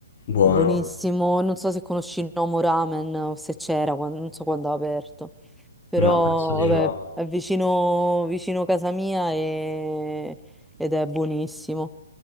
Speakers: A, on the left; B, in the centre.
A: Buono,
B: buonissimo. Non so se conosci il Nomo Ramen o se c'era, quan- non so quando ha aperto però
A: no, penso di no.
B: vabbè, è vicino, vicino casa mia e- ed è buonissimo,